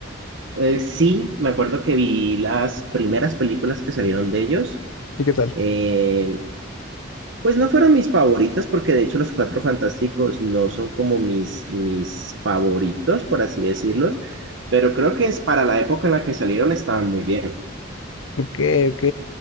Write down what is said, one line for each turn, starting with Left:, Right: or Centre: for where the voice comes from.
Right: Eh, sí, me acuerdo que vi las primeras películas que salieron de ellos.
Left: ¿Y qué tal?
Right: Eh, pues no fueron mis favoritas, porque de hecho Los Cuatro Fantásticos no son como mis, mis favoritos, por así decirlos, pero creo que es para la época en la que salieron estaban muy bien.
Left: Ok, ok.